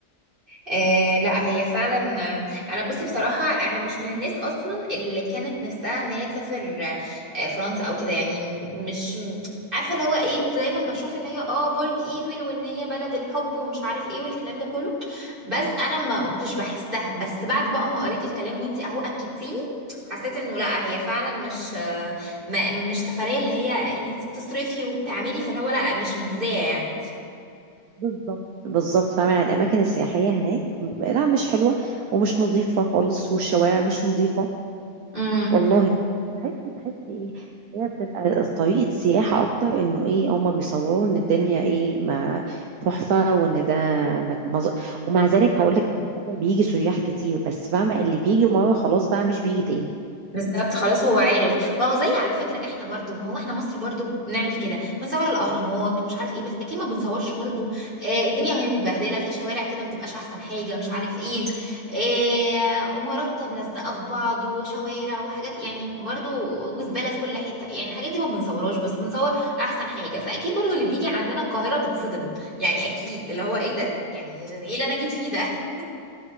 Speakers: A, on the right (about 35°); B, on the right (about 70°).
A: آه لا هي فعلا آه، انا بصي بصراحه انا مش من الناس اصلا اللي كانت نفسها ان هي تسافر آه، فرنسا او كده يعني م- مش م- عارفه اللي هو ايه كنت دايما بشوف ان هي اه برج ايفل وان هي بلد الحب ومش عارف ايه والكلام ده كله بس انا ما ما كنتش بحسها بس بعد بقى ما قريت الكلام وانتي اهو اكدتيلي حسيت انه لا هي فعلا مش آه، ما مش سفريه اللي هي انتي بتصرفي وبتعملي فاللي هو لا مش مجزيه يعني
B: بالظبط بالظبط فاهمة يعني الأماكن السياحية هناك لا مش حلوة ومش نظيفة خالص والشوارع مش نظيفة
A: امم
B: والله بحس بحس ايه هي بتبقى طريقة سياحة أكتر إنه ايه هما بيصوروا إن الدنيا ايه ما تحفة وإن ده مك... مز... ومع ذلك هقولك على حاجة بيجي سياح كتير بس فاهمة اللي بيجي مرة خلاص بقى مش بيجي تاني
A: بالظبط خلاص هو عارف ما هو زي على فكرة احنا برضو ما هو احنا مصر برضو بنعمل كده بنصور الاهرامات ومش عارف ايه بس اكيد ما بنصورش برضو آه الدنيا وهي متبهدلة في شوارع كده ما بتبقاش احسن حاجة مش عارف ايه آه عمارات ملزقة في بعض وشوارع وحاجات يعني برضو وزبالة في كل حتة يعني الحاجات دي ما بنصورهاش بس بنصور احسن حاجة فاكيد برضو اللي بيجي عندنا القاهرة بيتصدم يعني اكيد اللي هو ايه ده يعني ايه اللي انا جيت فيه ده